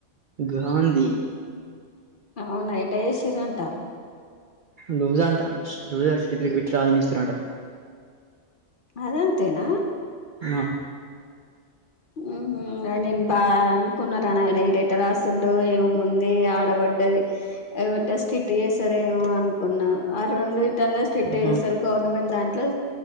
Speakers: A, on the right; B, on the left.
A: గాంధీ
B: అవునా ఎటాచేసిరంట
A: లూజ అంట <unintelligible> పెట్టి రాయన ఇస్తురంట
B: అదంతేనా
A: ఆ
B: హ్మ్ హు నేను బాగా అనుకున్నా రా నయన ఈడు ఎటా రాస్తుడు ముంది ఆడ పడది <unintelligible> స్ట్రిక్ట్ చేస్తారేమో అనుకున్న ఆ రెండు ఇటల్లా స్టిట్
A: ఆహా
B: చేస్తారు గవర్నమెంట్ దాంట్లో